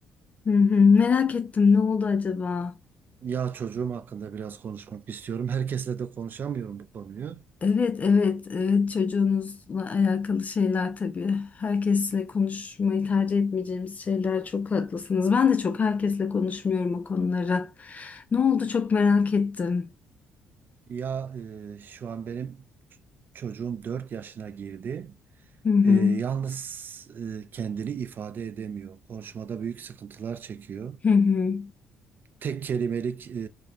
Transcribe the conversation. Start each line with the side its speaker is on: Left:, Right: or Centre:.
Left: Hı hı, merak ettim, ne oldu acaba?
Right: Ya çocuğum hakkında biraz konuşmak istiyorum. Herkesle de konuşamıyorum bu konuyu.
Left: Evet, evet, evet. Çocuğunuzla alakalı şeyler tabii. Herkesle konuşmayı tercih etmeyeceğimiz şeyler. Çok haklısınız. Ben de çok herkesle konuşmuyorum o konuları. Ne oldu? Çok merak ettim.
Right: Ya e, şu an benim çocuğum 4 yaşına girdi.
Left: Hı hı,
Right: E, yalnız e, kendini ifade edemiyor. Konuşmada büyük sıkıntılar çekiyor.
Left: hı hı,
Right: Tek kelimelik e,